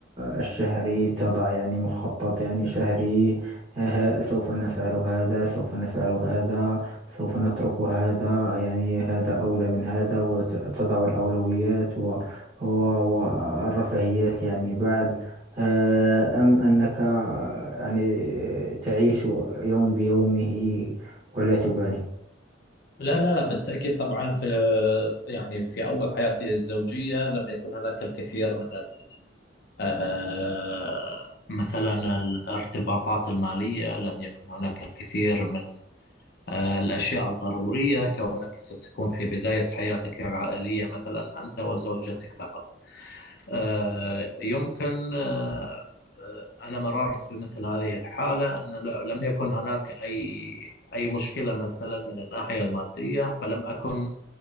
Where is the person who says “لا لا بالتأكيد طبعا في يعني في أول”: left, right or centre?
Left